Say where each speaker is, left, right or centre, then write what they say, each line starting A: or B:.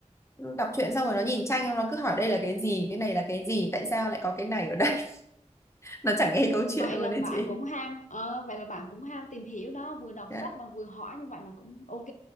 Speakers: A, on the left; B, on the left.
A: đọc truyện xong rồi nó nhìn tranh nó cứ hỏi đây là cái gì, cái này là cái gì, tại sao lại có cái này ở đây. <laughs> Nó chẳng nghe câu
B: Vậy
A: chuyện luôn
B: là
A: đấy
B: bạn
A: chị.
B: cũng ham ờ, vậy là bạn cũng ham tìm hiểu đó vừa đọc
A: Dạ.
B: sách mà vừa hỏi như vậy là cũng ok